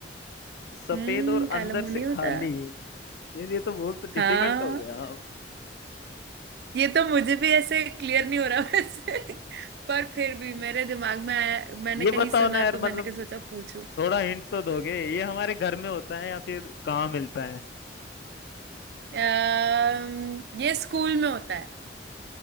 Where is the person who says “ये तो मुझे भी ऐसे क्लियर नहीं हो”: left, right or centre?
Right